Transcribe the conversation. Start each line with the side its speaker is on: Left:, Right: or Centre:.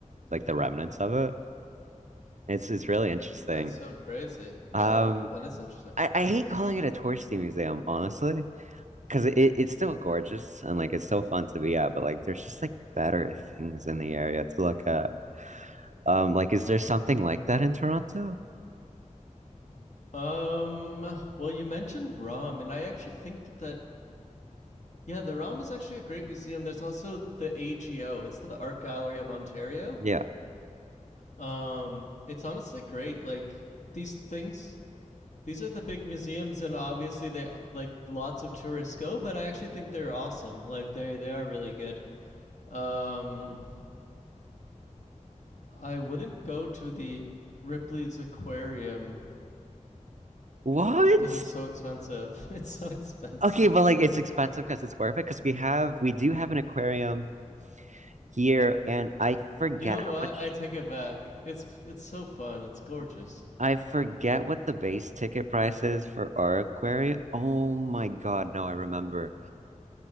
Right: like the remnants of it. It's it's really interesting.
Left: That's so crazy. Wow,
Right: Um,
Left: that is interesting.
Right: I, I hate calling it a touristy museum, honestly, because it, it's still gorgeous and like it's still fun to be at, but like there's just like better things in the area to look at. Um, like is there something like that in Toronto?
Left: Um, well, you mentioned ROM, and I actually think that that yeah, the ROM is actually a great museum. There's also the AGO. It's the Art Gallery of Ontario.
Right: Yeah.
Left: Um, it's honestly great. Like these things, these are the big museums, and obviously they like lots of tourists go. But I actually think they're awesome. Like they they are really good. Um, I wouldn't go to the Ripley's Aquarium
Right: What?
Left: because it's so expensive. <laughs> It's so expensive.
Right: Okay, but like it's expensive because it's worth it because we have we do have an aquarium here and I forget
Left: You know
Right: how
Left: what?
Right: much
Left: I take it back. It's it's so fun. It's gorgeous.
Right: I forget what the base ticket price is for our aquarium. Oh my God, no, I remember.